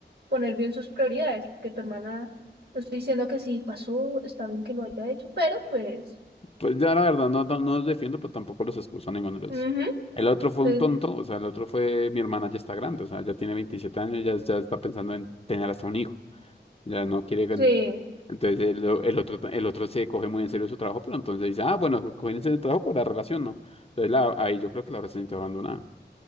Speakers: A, on the right (about 60°); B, on the left (about 35°).
A: poner bien sus prioridades, porque tu hermana, no estoy diciendo que si pasó, está bien que lo haya hecho, pero pues,
B: Pues ya la verdad no, no no los defiendo, pero tampoco los excuso a ninguno de los.
A: ujú,
B: El otro fue
A: pues,
B: un tonto, o sea, el otro fue, mi hermana ya está grande, o sea, ya tiene 27 años, ya, ya está pensando en tener hasta un hijo, ya no quiere... gan-
A: sí,
B: Entonces el, el otro, el otro se coge muy en serio su trabajo, pero entonces dice, ah, bueno, cogen en serio el trabajo por la relación, ¿no? Entonces la- ahí yo creo que la relación está abandonada.